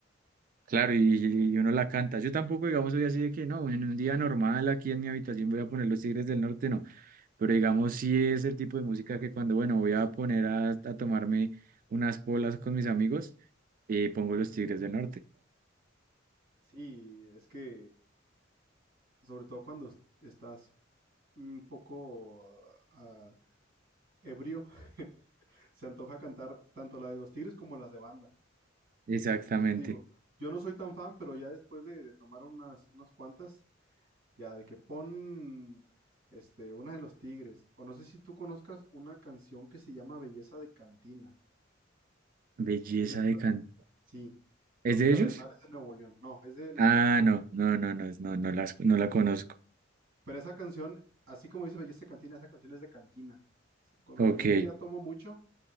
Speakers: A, on the right; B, on the right.
A: claro, y, y uno la canta. Yo tampoco, digamos, soy así de que no, en un día normal aquí en mi habitación voy a poner Los Tigres del Norte, no, pero digamos, sí es el tipo de música que cuando, bueno, voy a poner a, a tomarme unas polas con mis amigos, eh, pongo Los Tigres del Norte.
B: Sí, es que, sobre todo cuando est- estás un poco ah, ebrio, <laughs> se antoja cantar tanto la de los Tigres como las de banda.
A: Exactamente,
B: O sea, te digo, yo no soy tan fan, pero ya después de, de tomar unas, unas cuantas, Ya, de que pon este, una de los Tigres. O no sé si tú conozcas una canción que se llama Belleza de Cantina.
A: belleza
B: Es de
A: de
B: lo-
A: canto.
B: sí,
A: ¿Es
B: Los
A: de
B: Cardenales
A: ellos?
B: de Nuevo León. No, es de los
A: Ah,
B: Cardenales.
A: no,
B: de-
A: no, no, no, no, no las, no la conozco.
B: Pero esa canción, así como dice Belleza de Cantina, esa canción es de cantina. O sea, cuando
A: Ok.
B: la gente ya tomó mucho,